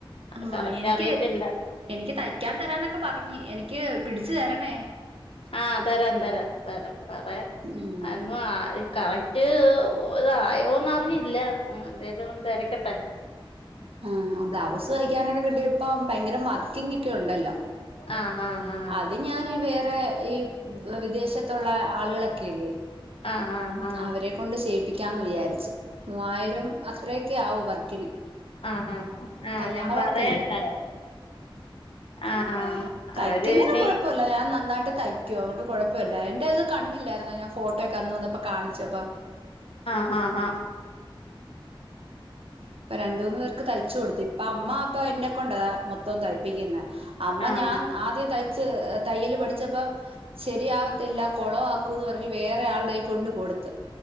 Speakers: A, on the right; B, on the left.
A: ആഹ്
B: കറക്റ്റ്
A: എനിക്ക്
B: അറിയത്തില്ല
A: എനിക്ക് തയ്ക്കാൻ തരാന്നൊക്കെ പർ ഞ്ഞി എനിക്ക് പിടിച്ച് തരണേ
B: ആഹ് തരാം തരാം തരാം പറയാം
A: ഉം
B: അന്നും ആയ് കറക്റ്റ് ഇതായോന്നർഞ്ഞില്ല എന്തേലും ഒന്ന് തെരക്കട്ടെ.
A: ആ ബ്ലൗസ് തലക്കാനൊക്കെ കിട്ട്യ ഇപ്പ ഭയ്ങ്കര വർക്കിങൊക്കെ ഒണ്ടല്ലോ.
B: ആഹ് ആഹ് ആഹ്
A: അത് ഞാന് വേറെ ഈ വിദേശത്തൊള്ള ആളുകളൊക്കെ ഇല്ലേ?
B: ആഹ് ആഹ് ആഹ്
A: അവരെ കൊണ്ട് ചെയ്യിപ്പിക്കാന്ന് വിചാരിച്ച് മൂവായിരം അത്രെ ക്ക്യേവും വർക്കിന്.
B: ആഹ് ആഹ് ആഹ്
A: കല്യാണ
B: ഞാൻ പറയന്തായാലും
A: വർക്കല്ലേ
B: ആഹ്
A: തയ്ക്കുന്നേന്
B: അവര് പിന്നെ
A: കൊഴപ്പോല്ല ഞാൻ നന്നായിട്ട് തയ്ക്കും അതോണ്ട് കൊഴപ്പൊല്ല എന്റെത് കണ്ടില്ലാരുന്നോ ഞാൻ ഫോട്ടോയ്ക്കെ അന്ന് വന്നപ്പ കാണിച്ചപ്പം
B: ആഹ് ആഹ്
A: ഇപ്പ രണ്ട് മൂന്ന് പേർക്ക് തയ്ച്ചു കൊടുത്തു ഇപ്പ അമ്മ അപ്പ എന്നെ കൊണ്ടാ മൊത്തോം തയ്പ്പിക്കുന്നേ. അമ്മ
B: ആഹ്
A: ഞാൻ ആദ്യം തയ്ച്ച് തയ്യല് പഠിച്ചപ്പ ശരിയാവത്തില്ല കൊളവാ ക്കൂന്ന് പർഞ്ഞ് വേറെ ആൾടെ കൊണ്ട് കൊടുത്ത്.